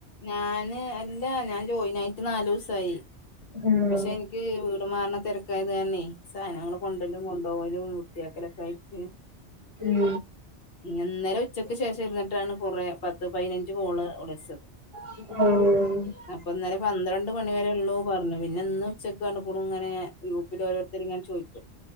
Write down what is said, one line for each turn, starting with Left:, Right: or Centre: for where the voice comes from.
Left: ഞാന് അല്ല ഞാൻ ജോയിനായിട്ട് നാലൂ സായി
Right: ഉം
Left: പക്ഷെ എനിക്ക് വീട് മാർണ തെരക്കായത് കാരണയ് സാനങ്ങള് കൊണ്ടലും കൊണ്ടൊവലും വൃത്താക്കലൊക്ക ആയിറ്റ്
Right: ഉം
Left: ഇന്നലെ ഉച്ചക്ക് ശേഷം ഇര്ന്നിട്ടാണ് കൊറെ പത്ത് പയ്നഞ്ച് കോള് വിളിച്ചത്
Right: ആഹ്
Left: അപ്പ ഇന്നെലെ പന്ത്രണ്ട് മണി വരെള്ളൂ പറഞ്ഞു പിന്നെ ഇന്ന് ഉച്ചക്ക് കണ്ട്ക്കൂണുങ്ങനെ ഗ്രൂപ്പിൽ ഓരോരുത്തര്ങ്ങനെ ചോയിക്ക